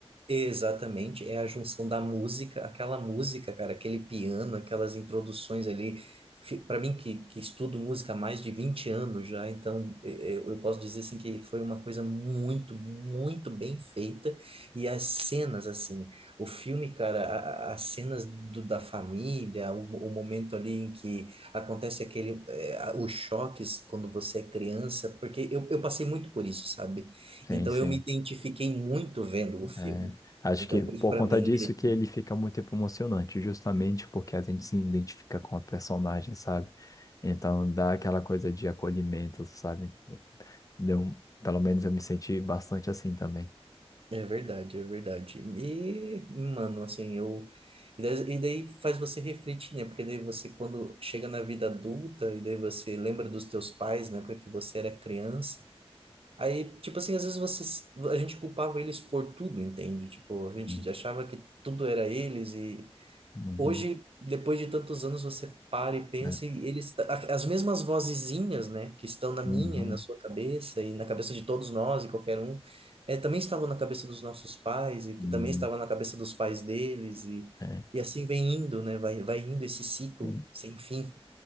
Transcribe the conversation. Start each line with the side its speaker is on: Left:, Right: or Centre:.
Right: Exatamente, é a junção da música, aquela música, cara, aquele piano, aquelas introduções ali. Para mim, que, que estudo música há mais de 20 anos já, então eh, eu, eu posso dizer assim que foi uma coisa muito, muito bem feita. E as cenas, assim, o filme, cara, a- a- as cenas do, da família, o, o momento ali em que acontece aquele, eh, a- os choques quando você é criança, porque eu, eu passei muito por isso, sabe?
Left: Sim,
Right: Então
Left: sim.
Right: eu me identifiquei muito vendo o filme.
Left: É, acho
Right: Então,
Left: que por
Right: por isso, pra
Left: conta
Right: mim,
Left: disso
Right: ele-
Left: que ele fica muito emocionante, justamente porque a gente se identifica com a personagem, sabe? Então dá aquela coisa de acolhimento, sabe? Deu, pelo menos eu me senti bastante assim também.
Right: é verdade, é verdade. E, mano, assim, eu. E da- e daí faz você refletir, né? Porque daí você, quando chega na vida adulta, e daí você lembra dos teus pais, né? Porque você era criança. Aí, tipo assim, às vezes você, a gente culpava eles por tudo, entende? Tipo, a gente
Left: Uhum,
Right: achava que tudo era eles e,
Left: uhum,
Right: Hoje, depois de tantos anos, você para e pensa,
Left: é,
Right: e eles, a- as mesmas vozezinhas, né, que estão na
Left: uhum,
Right: minha e na sua cabeça, e na cabeça de todos nós e qualquer um, é, também estavam na cabeça dos nossos pais, e que
Left: uhum,
Right: também estavam na cabeça dos pais deles, e,
Left: é,
Right: e assim vem indo, né, vai, vai indo esse ciclo
Left: sim,
Right: sem fim,